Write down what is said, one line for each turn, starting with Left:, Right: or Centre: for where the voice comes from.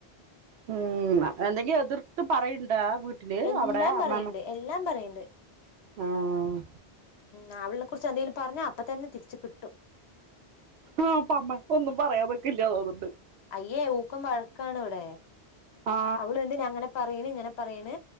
Right: ഉം എന്തെങ്കിലും എതിർത്ത് പറ യണ്ട വീട്ടില്
Left: എല്ലാം
Right: അവിടെ അമ്മാമ്മ
Left: പറയണ്ട് എല്ലാം പറയണ്ട്
Right: ആഹ്
Left: ആ അവളിനെ കുറിച്ച് എന്തെങ്കിലും പറഞ്ഞ അപ്പ തന്നെ തിരിച്ച് കിട്ടും
Right: ആഹ് അപ്പോ അമ്മ ഒന്നും പറയാൻ നിക്കില്ല തോന്നുണ്ട്
Left: അയ്യേ ഊക്കൻ വഴക്കാണവിടെ
Right: ആ
Left: അവള് എന്തിനാ അങ്ങനെ പറയ്ണ് ഇങ്ങനെ പറയ്ണ്